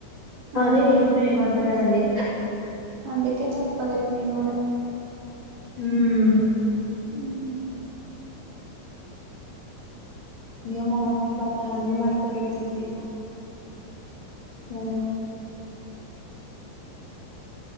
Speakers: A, on the right; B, on the left.
A: అవును
B: అని నేను కూడా ఏమంటలే అండి
A: అందుకే చెప్పలేదు నేను కూడా
B: మ్
A: ఉమ్
B: ఇగో మా మమ్మీ బట్టలు అన్ని మడత పెడుతుంది హా